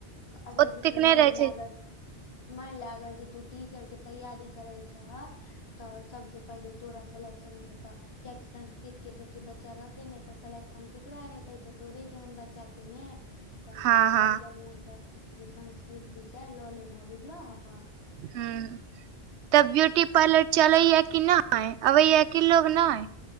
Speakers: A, on the left; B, on the right.
A: अगर
B: ओतेक
A: बी तू
B: नहि
A: महिला
B: रहै छै
A: अगर। माइन लै अगर जे तू टीचर के तैयारी करै छऽहऽ। तऽ सबसेँ पहिले तोरा सेलेक्शन हेतऽ। कियाकि संस्कृत के तऽ ओते बच्चा रहतै नेै तऽ सले। तखन केकरा हेतेै, तोड़े जेहेन बच्चा के नैय तै
B: हँ
A: दुआरे
B: हँ
A: बड्ड बढ़िया छ। जे संस्कृत विषय लऽ लेलह बुझलहऽ।
B: हूँ। तऽ ब्यूटी पार्लर चलेैये कि नै, आबेैये कि लोग नइ।